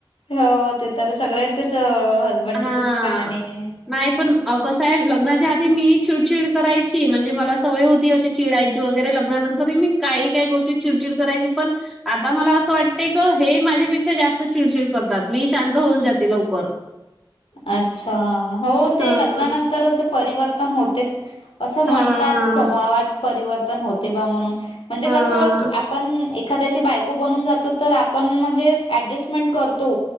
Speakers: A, on the left; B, in the centre.
A: हो ते तर सगळ्यांचेच हसबंडची
B: हां.
A: तशी कहाणी आहे
B: नाही पण कसं आहे लग्नाच्या आधी मी चिडचिड करायची म्हणजे मला सवय होती अशी चिडाय वगैरे लग्नानंतर मी काही, काही गोष्टी चिड, चिड करायची पण आता मला असं वाटत क हे माझ्यापेक्षा जास्त चिडचिड करतात मी शांत होऊन जाते लवकर
A: अच्छा हो ते
B: हां,
A: लग्नानंतर ते परिवर्तन होतेच असं म्हणतात
B: हां,
A: स्वभावात परिवर्तन होते बा म्हणून म्हणजे
B: हां,
A: कसं आपण एक एखाद्याची बायको बनून जातो तर आपण म्हणजे ऍडजस्टमेंट करतो